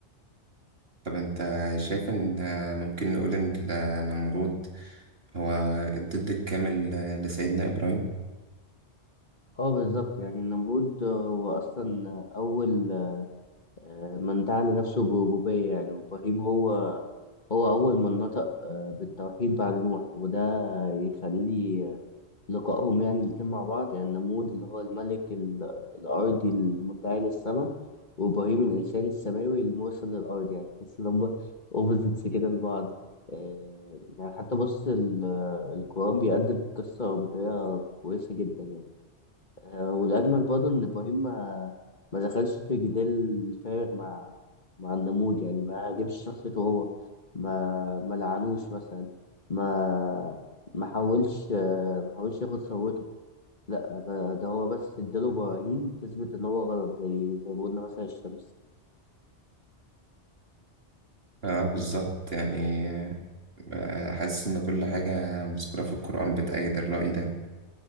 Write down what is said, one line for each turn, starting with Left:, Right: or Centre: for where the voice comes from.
Right: طب أنت شايف إن آه، ممكن نقول إن النمرود هو الضد الكامل آه، لسيدنا إبراهيم؟
Left: اه بالظبط يعني النمرود هو اصلا اول آه، من دعا لنفسه بربوبية يعني وابراهيم هو هو اول من نطق آه، بالتوحيد بعد نوح وده يخلي لقائهم يعني الاتنين مع بعض يعني النمرود اللي هو الملك ال- الارضي المدعي للسماء وابراهيم الانسان السماوي المرسل للارض يعني تحس ان هم اوبوزيتس كده لبعض آه، يعني حتى بص ال- القرآن بيقدم القصة بطريقة كويسة جدا يعني آه، والأجمل برضه إن إبراهيم ما ما دخلش في جدال فارغ مع مع النمود يعني ما هاجمش شخصيته هو ما ما لعنوش مثلا ما ما حاولش آه، ما حاولش ياخد ثروته لا ب- ده هو بس اداله براهين تثبت إن هو غلط زي زي ما قلنا مثلا الشمس
Right: اه بالظبط يعني آه، حاسس ان كل حاجة مذكورة في القرآن بتأيد الرأي ده